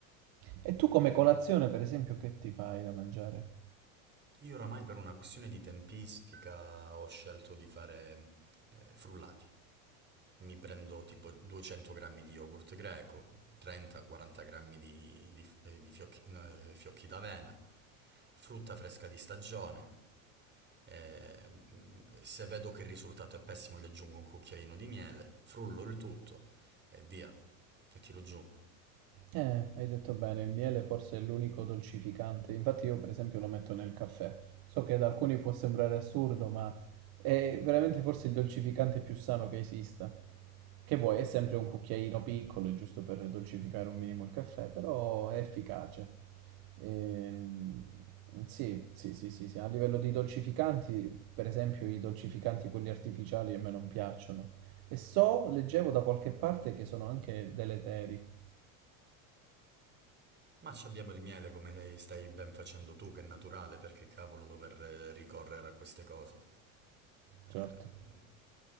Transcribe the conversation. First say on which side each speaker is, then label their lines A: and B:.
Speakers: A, on the right; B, on the right.
A: E tu come colazione, per esempio, che ti fai da mangiare?
B: Io oramai per una questione di tempistica ho scelto di fare eh, frullati. mi prendo tipo 200 grammi di yogurt greco, 30-40 grammi di, di- eh, di fiocchi, no, eh, fiocchi d'avena, frutta fresca di stagione. Eh, mm, se vedo che il risultato è pessimo, gli aggiungo un cucchiaino di miele, frullo il tutto e via, e tiro giù.
A: Eh, hai detto bene, il miele forse è l'unico dolcificante. Infatti io, per esempio, lo metto nel caffè. So che ad alcuni può sembrare assurdo, ma è veramente forse il dolcificante più sano che esista. Che vuoi, è sempre un cucchiaino piccolo, giusto per dolcificare un minimo il caffè, però è efficace. Ehm, sì, sì, sì, sì, sì. A livello di dolcificanti, per esempio, i dolcificanti quelli artificiali a me non piacciono. E so, leggevo da qualche parte che sono anche deleteri,
B: Ma ci abbiamo il miele come stai ben facendo tu, che è naturale, perché cavolo dover eh, ricorrere a queste cose. Ehm,
A: certo.